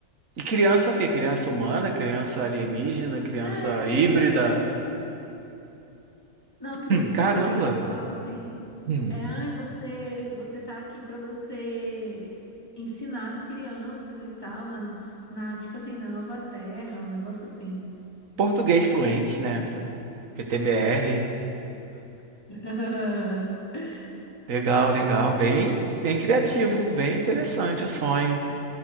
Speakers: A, on the right; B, on the left.
A: E criança o quê? Criança humana, criança alienígena, criança
B: É, criança
A: híbrida.
B: humana. Não, criança
A: Hum, Caramba!
B: humana. E eles falavam assim:
A: Hum.
B: é, ai, você, você tá aqui para você ensinar as crianças e tal, na, na, tipo assim, na Nova Terra, um negócio assim.
A: Português fluente, né? Pra- PTBR.
B: <laughs>
A: Legal, legal. Bem, bem criativo, bem interessante o sonho.